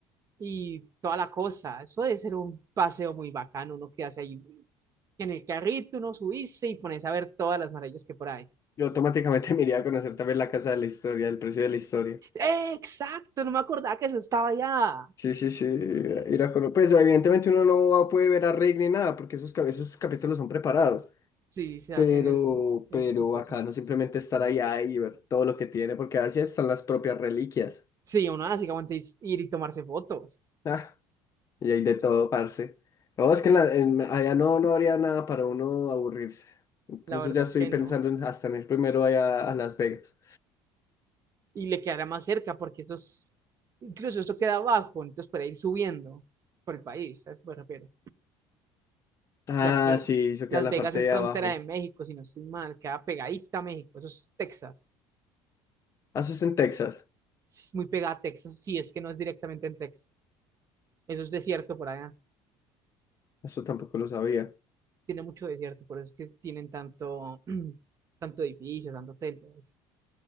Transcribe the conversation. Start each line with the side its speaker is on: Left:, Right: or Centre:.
Right: Y toda la cosa. Eso debe ser un paseo muy bacano, uno quedarse ahí en el carrito, uno subirse y pones a ver todas las maravillas que por ahí.
Left: Yo automáticamente <laughs> me iría a conocer también la casa de la historia, el precio de la historia.
Right: ¡Eh, exacto! No me acordaba que eso estaba allá.
Left: Sí, sí, sí, ir a conocer. Pues evidentemente uno no va- puede ver a Rick ni nada, porque esos, cap- esos capítulos son preparados.
Right: Sí, se
Left: Pero,
Right: hacen en, en
Left: pero
Right: situación.
Left: acá no simplemente estar allá y ver todo lo que tiene, porque así están las propias reliquias.
Right: Sí, uno básicamente es ir y tomarse fotos.
Left: Ah, y hay de todo, parce. No, es que
Right: Y
Left: en la- en- allá no, no habría nada para uno aburrirse. Incluso
Right: la verdad
Left: ya estoy
Right: es que
Left: pensando
Right: no.
Left: en hasta en ir primero allá a Las Vegas.
Right: Y le quedará más cerca porque eso es, incluso eso queda abajo, entonces para ir subiendo por el país, ¿sabes? Me refiero.
Left: Ah,
Right: Ya que
Left: sí, eso queda
Right: Las
Left: en la
Right: Vegas
Left: parte
Right: es
Left: de
Right: frontera
Left: abajo.
Right: de México, si no estoy mal, queda pegadita a México, eso es Texas.
Left: Ah, Eso es en Texas.
Right: Es muy pegada a Texas, si es que no es directamente en Texas. Eso es desierto por allá.
Left: Eso tampoco lo sabía.
Right: Tiene mucho desierto, por eso es que tienen tanto, <clears throat> tanto edificio, tanto hotel, todo eso.